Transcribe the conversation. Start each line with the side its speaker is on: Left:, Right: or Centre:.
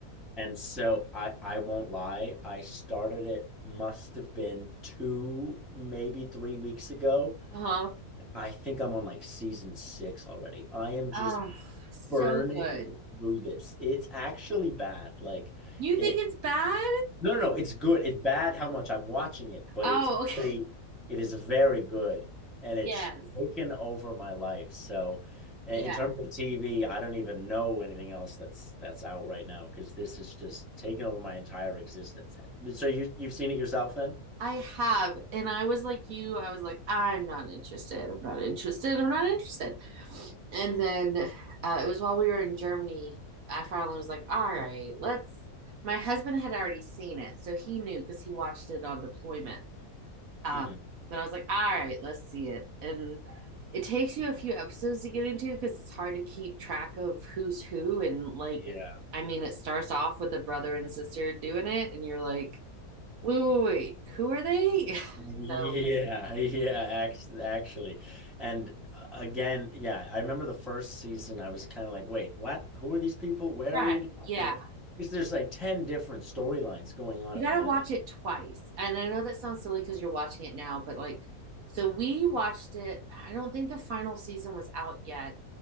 Centre: And so I I won't lie, I started it must have been two, maybe three weeks ago.
Right: Uh-huh.
Centre: I think I'm on like season six already. I am just
Right: Oh, so
Centre: burning
Right: good.
Centre: through this. It's actually bad. Like
Right: You
Centre: it
Right: think it's bad?
Centre: no, no, no, it's good. It's bad how much I'm watching it, but
Right: Oh,
Centre: it's
Right: okay.
Centre: very, it is very good, and it's
Right: Yes.
Centre: taken over my life. So,
Right: yeah.
Centre: i- in terms of TV, I don't even know anything else that's that's out right now because this is just taken over my entire existence. So you you've seen it yourself then?
Right: I have. And I was like you, I was like, I'm not interested. I'm not interested. I'm not interested. And then uh, it was while we were in Germany, I finally was like, all right, let's. My husband had already seen it. So he knew because he watched it on deployment. Um,
Centre: hmm
Right: but I was like, all right, let's see it. And it takes you a few episodes to get into because it's hard to keep track of who's who. And like,
Centre: Yeah,
Right: I mean, it starts off with a brother and sister doing it, and you're like, Wait, wait, wait. Who are they? <laughs>
Centre: Yeah,
Right: So,
Centre: <laughs> yeah, actually, actually. And uh, again, yeah, I remember the first season, I was kind of like, wait, what? Who are these people? Where
Right: right.
Centre: are we now?
Right: Yeah.
Centre: Like, because there's like 10 different storylines going on
Right: You
Centre: at
Right: got
Centre: once.
Right: to watch it twice. And I know that sounds silly because you're watching it now, but like, so we watched it. I don't think the final season was out yet.